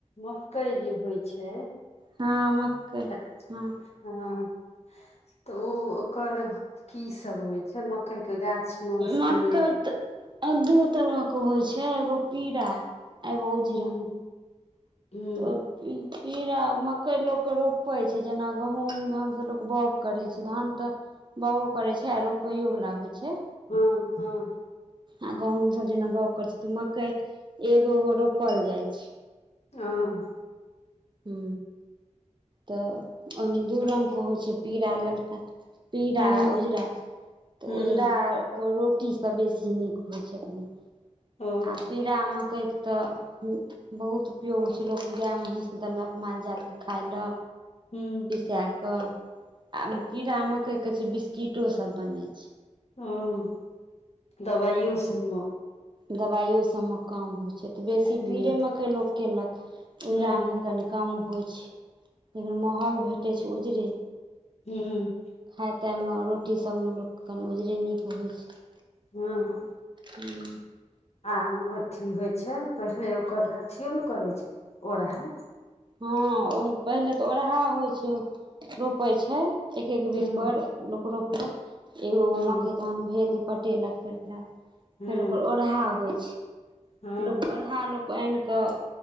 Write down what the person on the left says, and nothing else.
मकई जे होइ छै
एत-
हँ तऽ ओ - ओकर की सब होइ छै मकई के गाछ मे से
पहिले
हुँ हुँ
हँ हँ।
हं।
हुँ
हुँ
ओ
हुँ
हँ, दबाइयो सब मे।
हुँ
हुँ
हुं।
हँ।
आ अथि होइ छै पहिले ओकर अथियो ने करै छै, ओरहा।
हुँ
हँ
हुँ
हँ